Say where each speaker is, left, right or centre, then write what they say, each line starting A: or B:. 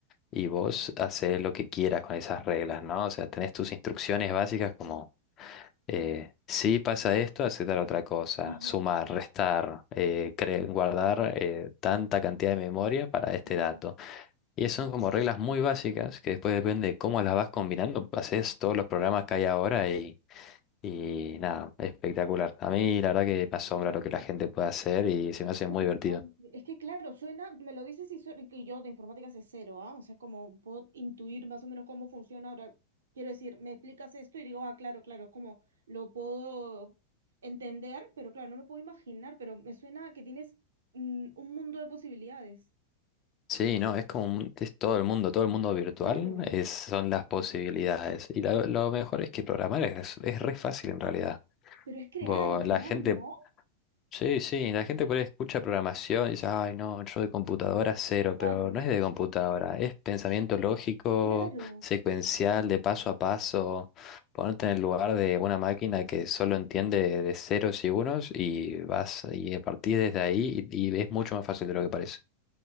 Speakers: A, on the left; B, on the right.
A: y vos haces lo que quieras con esas reglas, ¿no? O sea, tenés tus instrucciones básicas como, eh, si pasa esto, hace tal otra cosa,
B: Ajá,
A: sumar, restar, eh, cre- guardar eh, tanta cantidad de memoria para este
B: ajá.
A: dato. Y son como reglas muy básicas que después depende de cómo las vas combinando, haces todos los programas que hay ahora y... Y nada, espectacular. A mí la verdad que me asombra lo que la gente puede hacer y se me hace
B: Interesante.
A: muy divertido.
B: Es que claro, suena, me lo dices y, suena, y yo de informática sé cero, ¿ah? O sea, como puedo intuir más o menos cómo funciona. Ahora, quiero decir, me explicas esto y digo, ah, claro, claro, como lo puedo entender, pero claro, no me puedo imaginar, pero me suena a que tienes mm, un mundo de posibilidades.
A: Sí, no, es como un- es todo el mundo, todo el mundo virtual
B: Claro,
A: es, son las posibilidades. Y lo, lo mejor es que programar es, es re fácil en realidad.
B: pero es crear
A: Vos-
B: además,
A: la gente,
B: ¿no?
A: sí, sí, la gente por ahí escucha programación y dice, ay, no, yo de computadora cero,
B: Claro.
A: pero no es de computadora, es pensamiento lógico,
B: Claro,
A: secuencial, de paso a paso, ponerte en el lugar de una máquina que solo entiende de ceros y unos y vas y a partir desde ahí y, y es mucho más fácil de lo que parece.